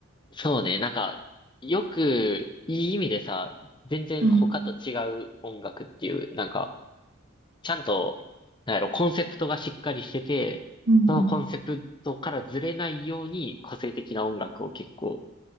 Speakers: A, on the left; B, on the right.
A: そうね、なんか、よく、いい意味でさ、全然他と違う音楽っていう、
B: うん。
A: なんか、ちゃんと、なんやろ、コンセプトがしっかりしてて、
B: うんうん。
A: そのコンセプトからずれないように個性的な音楽を結構、